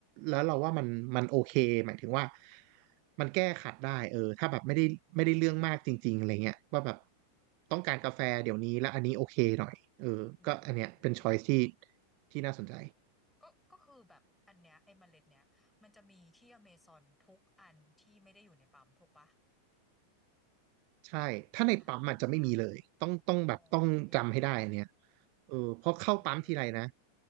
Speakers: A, on the right; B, in the centre.
A: แล้วเราว่ามันมันโอเคหมายถึงว่ามันแก้ขัดได้เออถ้าแบบไม่ได้ไม่ได้เรื่องมากจริงๆอะไรเงี้ยว่าแบบต้องการกาแฟเดี๋ยวนี้แล้วอันนี้โอเคหน่อยเออก็อันเนี้ยเป็นช้อยที่
B: อืม
A: ที่น่าสนใจ
B: ก็ ก็คือแบบอันเนี้ยไอ้เมล็ดเนี้ย มันจะมีที่อเมซอนทุกอันที่ไม่ได้อยู่ในปั๊มถูกปะ
A: ใช่ถ้าในปั๊มอาจจะไม่มีเลยต้องต้องแบบต้องจำให้ได้อันเนี้ย
B: อ่าอ๋อโอเค
A: เออเพราะเข้าปั๊มทีไรนะ
B: เออเออ